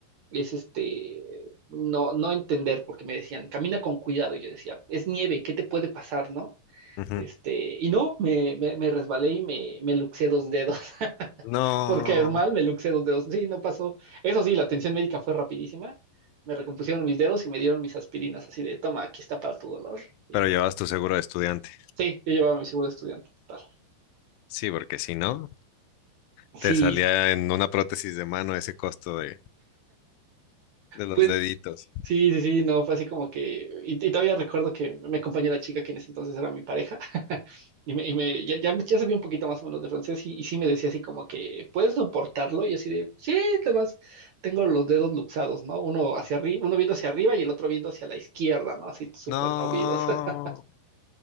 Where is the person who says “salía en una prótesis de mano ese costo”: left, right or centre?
Left